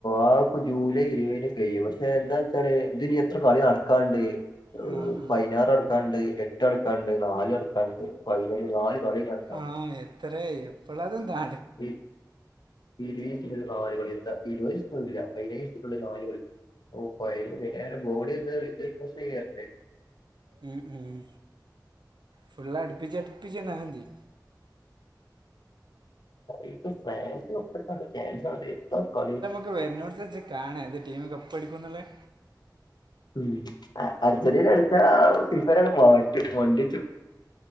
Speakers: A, on the left; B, on the right.
A: ആ ഇപ്പൊ ജൂലൈ ഇരുവെയിന് കഴിയും പക്ഷെ എന്താച്ചാല് ഇതിന് എത്രകളി നട്ക്കാണ്ട്?
B: ആ ആ
A: പയിനാറടുക്കാണ്ട് എട്ട് നടുക്കാണ്ട് നാല് നടുക്കാണ്ട് പയിനല് നാല് കളി നടക്കാണ്ട്
B: ആഹ് എത്രയെ എപ്പളാ ഇതും നാ
A: ഇ ഈ ഈ <unintelligible> നാലുകളി എന്താ ഇരുവയസ്സൊന്നുല്ല <unintelligible> നാലുകളി <unintelligible> നേരെ ബോഡിയൊന്ന് റീഫ്രഷ് <unintelligible>
B: ഉം ഉം ഫുള്ള അടുപ്പിച്ചടുപ്പിച്ച് ണ്ടായാന്തി
A: ഇപ്പോ ഫ്രാൻസും ഒപ്പരത്തിനോണ്ട് ചാൻസൊണ്ട് എന്താ കളി?
B: ക്ക് വരുന്നോട്ത്തച്ച് കാണാം ഏത്ടീം കപ്പ് എടുക്കുംന്നുള്ളത്
A: ഉം അർജന്റീനെട്ത്താ ആ ഫിഫെനേങ്ങ്ട് മാറ്റും <unintelligible>